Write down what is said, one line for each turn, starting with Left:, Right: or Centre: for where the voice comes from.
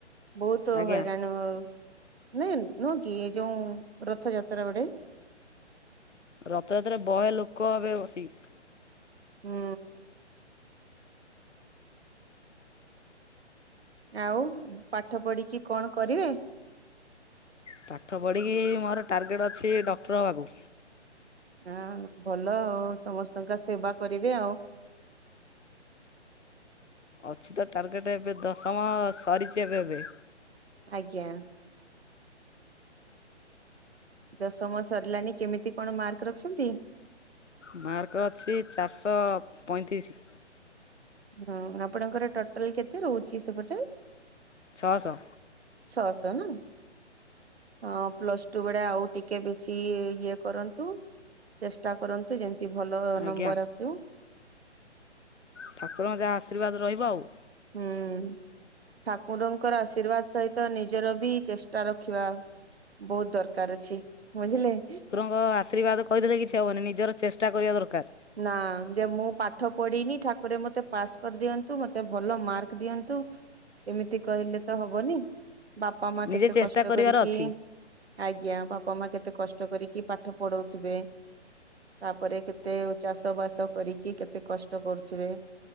Right: ବୋହୁତ
Left: ଆଜ୍ଞା।
Right: ହଇରାଣ ନୁହେଁନ୍ ନୁହଁ କି ଏ ଯୋଉଁ ରଥଯାତ୍ରା ବଡେ।
Left: ରଥଯାତ୍ରାରେ ବହେ ଲୋକ ହେବେ ବସିକି।
Right: ହୁଁ। ଆଉ ଉଁ ପାଠ ପଢିକି କଣ କରିବେ।
Left: ପାଠ ପଢିକି ମୋର ଟାର୍ଗେଟ୍ ଅଛି ଡକ୍ଟର ହବାକୁ।
Right: ହଁ ଭଲ ଆଉ ସମସ୍ତଙ୍କ ସେବା କରିବେ ଆଉ।
Left: ଅଛି ତ ଟାର୍ଗେଟେ ଏବେ ଦଶମ ସରିଛି ଏବେ ଏବେ।
Right: ଆଜ୍ଞା। ଦଶମ ସରିଲାଣି କେମିତି କଣ ମାର୍କ ରଖିଛନ୍ତି।
Left: ମାର୍କ ଅଛି ଚାରଶ ପଇଁତିରିଶି।
Right: <unintelligible> ଆପଣଙ୍କର ଟୋଟାଲ୍ କେତେ ରହୁଛି ସେପଟେ।
Left: ଛଅଶ।
Right: ଛଅଶ ନା। ଅଁ ପ୍ଲସ୍ ଟୁ ବେଡେ ଆଉ ଟିକେ ବେଶି ଇଏ ଇଏ କରନ୍ତୁ ଚେଷ୍ ଟା କରନ୍ତୁ ଯେମତି ଭଲ
Left: ଆଜ୍ଞା
Right: ନମ୍ବର ଆସୁ।
Left: ଠାକୁରଙ୍କ ଯାହା ଆଶୀର୍ବାଦ ରହିବ ଆଉ।
Right: ହୁଁ ଠାକୁରଙ୍କର ଆଶୀର୍ବାଦ ସହିତ ନିଜର ବି ଚେଷ୍ଟା ରଖିବା। ବୋହୁତ ଦରକାର ଅଛି ବୁଝିଲେ।
Left: ଗ ଆଶୀର୍ବାଦ କହିଦେଲେ କିଛି ହବନି ନିଜର ଚେଷ୍ଟା କରିବା ଦରକାର।
Right: ନା ଯେ ମୁଁ ପାଠ ପଢିନି ଠାକୁରେ ମତେ ପାସ୍ କରିଦିଅନ୍ତୁ ମତେ ଭଲ ମାର୍କ ଦିଅନ୍ତୁ। ଏମିତି କହିଲେ ତ ହବନି ବାପା ମା
Left: ନିଜେ
Right: କେତେ
Left: ଚେଷ୍ଟା
Right: କଷ୍ଟ
Left: କରିବାର
Right: କରିକି
Left: ଅଛି
Right: ଆଜ୍ଞା ବାପ ମା କେତେ କଷ୍ଟ କରିକି ପାଠ ପଢଉଥିବେ। ତାପରେ କେତେ ଚାଷ ବାସ କରିକି କେତେ କଷ୍ଟ କରୁଥିବେ।